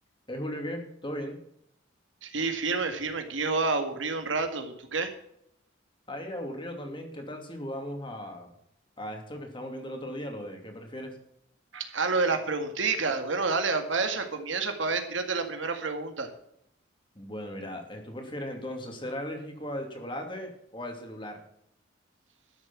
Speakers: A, on the left; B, on the right.
A: ¿Eh, Julio qué? ¿Todo bien?
B: Sí, firme, firme, aquí yo aburrido un rato. ¿Tú qué?
A: Ahí aburrido también. ¿Qué tal si jugamos a, a esto que estábamos viendo el otro día, lo de qué prefieres?
B: Ah, lo de las preguntitas. Bueno, dale, va para esa, comienza para ver, tírate la primera pregunta.
A: Bueno, mira, eh, ¿tú prefieres entonces ser alérgico al chocolate o al celular?